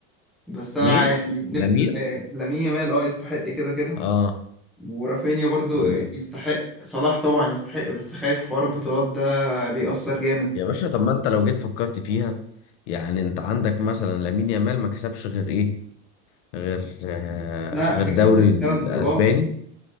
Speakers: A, in the centre; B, on the left.
A: بس انا
B: مين
A: يعني نف-
B: لامين
A: آه، لامين يامال اه يستحق كده كده
B: اه
A: ورافينيا برضه
B: مم.
A: يستحق صلاح طبعا يستحق بس خايف حوار البطولات ده بيأثر جامد
B: يا باشا طب ما انت لو جيت فكرت فيها يعني انت عندك مثلا لامين يامال ما كسبش غير ايه غير آه
A: لا
B: غير
A: كسب
B: دوري الاسباني
A: ثلاث بطولات